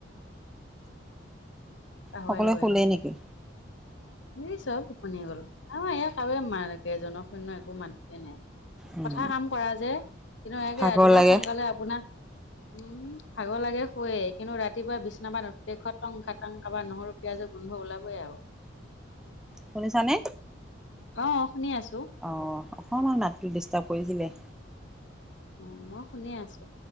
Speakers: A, on the left; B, in the centre.
A: পাহৰাই
B: সকলোৱে
A: গৈ
B: শুলেই
A: আছে
B: নেকি?
A: এই চব টোপনি গল আৰু ইয়াক কাৰো জনসৈন্য একো মাতিকে নাই
B: উম
A: কথা কাম কৰা যে কিন্তু একে
B: ভাগৰ
A: ৰাতিপুৱা
B: লাগে
A: সোনকালে আপোনাক উম ভাগৰ লাগে শুৱে কিন্তু ৰাতিপুৱা বিচনাৰপৰা নতি দে টং খাটাং কাবাৰ নহৰু পিয়াজৰ গোন্ধ ওলাবই আৰু।
B: শুনিছানে?
A: অ' শুনি আছো।
B: অ' অকণমান মাতটো ডিষ্টাৰ্ব কৰিছিলে।
A: উম মই শুনি আছো।